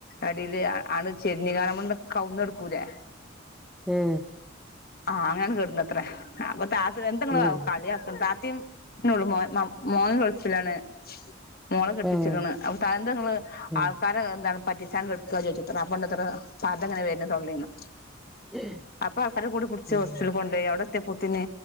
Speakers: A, on the left; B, in the centre.
A: അടിൽ ആണ് ചെരിഞ്ഞ്കാൺ നമ്മൾ കാവുന്ന് കെടുക്കൂലേ
B: ഏഹ്
A: ആഹ് അങ്ങനാണ് കേടുന്നത്രേ അപ്പൊ താത്ത എന്തെ
B: ആഹ്
A: കളിയാക്കും താത്തിം നാനെയുള്ളൂ മോൻ മോ മോൻ ഗൾഫിലാണ് മോളെ കെട്ടിച്ചിരിക്കണ്
B: ആഹ്
A: അപ്പൊ തങ്ങള്
B: ആഹ്
A: ആൾക്കാരെ എന്താണ് പറ്റിച്ചാൻ കിടക്കുക ചോദിത്ര അപ്പൊണ്ട്ത്ര പത ഇങ്ങനെ വരുന്ന് തൊള്ളായിന്ന്
B: ആഹ്
A: അപ്പൊ ആൾക്കാരെ കൂടി പിടിച്ച്
B: വീടിന്റെ
A: ഹോസ്പിറ്റൽ കൊണ്ട് പോയി അവിടെത്തെപൂത്തിന്